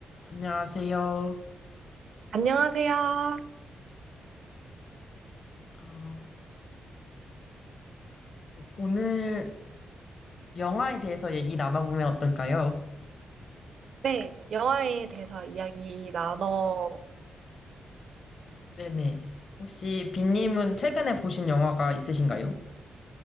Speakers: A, on the left; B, on the right.
A: 안녕하세요.
B: 안녕하세요.
A: 어, 오늘 영화에 대해서 얘기 나눠보면 어떨까요?
B: 네, 영화에 대해서 이야기 나눠볼까요?
A: 네네. 혹시 빈님은 최근에 보신 영화가 있으신가요?